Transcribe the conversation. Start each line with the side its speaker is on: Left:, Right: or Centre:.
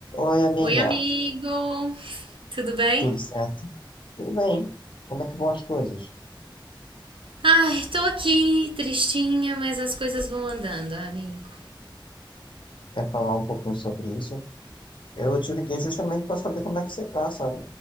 Left: Oi, amiga,
Right: Oi, amigo! Tudo bem?
Left: tudo certo? Tudo bem? Como é que vão as coisas?
Right: Ai, tô aqui tristinha, mas as coisas vão andando, amigo.
Left: Quer falar um pouquinho sobre isso? Eu te liguei justamente para saber como é que você tá, sabe?